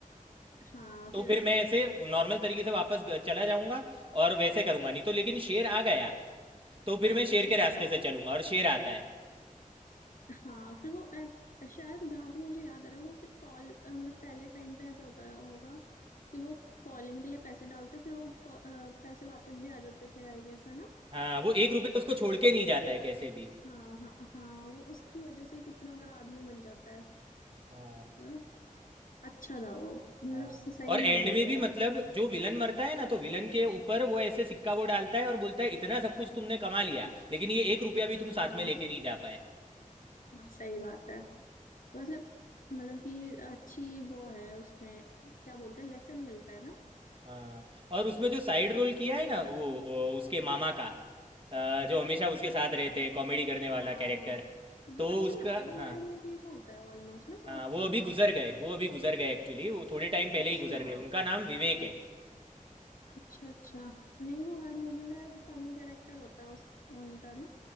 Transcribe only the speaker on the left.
हाँ
फिर
हाँ
हाँ फिर वो ऐस, शायद जहां तक मुझे याद आ रहा है वो फिर कॉल मतलब पहले टाइम पे ऐसा होता होगा कि वो कॉलिंग के लिए पैसे डालते फिर वो call- अ, पैसे वापस भी आ जाते थे आई गेस है ना
हाँ हाँ हाँ वो उसकी वजह से कितना बड़ा आदमी बन जाता है
मतलब अच्छा था वो मतलब
स- सही
मूवी
है
वो
हाँ
हाँ सही बात है वैसे मतलब कि अच्छी वो है उसमें क्या बोलते हैं लेसन मिलता है ना
हाँ
वो
वो अच्छा
लगता है वो
हर मूवी में होता है ऑलमोस्ट ना साउथ
की
अच्छा
अच्छा अच्छा नहीं वो हर मूवी में फनी करेक्टर होता है उस उनका ना